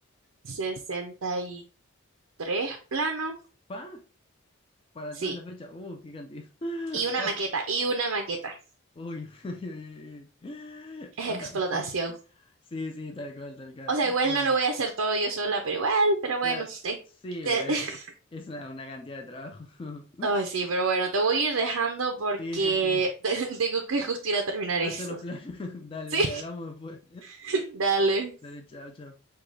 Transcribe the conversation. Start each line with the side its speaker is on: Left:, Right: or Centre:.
Right: sesenta y tres planos.
Left: pa, para
Right: Sí,
Left: toda esa fecha, uh, qué cantidad. <laughs>
Right: y una
Left: Fa,
Right: maqueta, y una maqueta.
Left: uy, <laughs> uy, uy, uy.
Right: Es
Left: Ah,
Right: explotación.
Left: fa. Sí, sí, tal cual, tal cual.
Right: O sea, igual
Left: Bueno,
Right: no lo voy a hacer todo yo sola, pero igual, pero bueno.
Left: claro,
Right: te-
Left: sí,
Right: te-
Left: pero es,
Right: <laughs>
Left: es una, una cantidad de trabajo. <laughs>
Right: Ay, sí, pero bueno, te voy a ir dejando porque
Left: Sí, sí, sí.
Right: <laughs> tengo que justo ir a terminar
Left: Hacer
Right: eso.
Left: los planos. <laughs> Dale,
Right: Sí,
Left: dale, hablamos después.
Right: <laughs> dale.
Left: <laughs> Dale, chao, chao.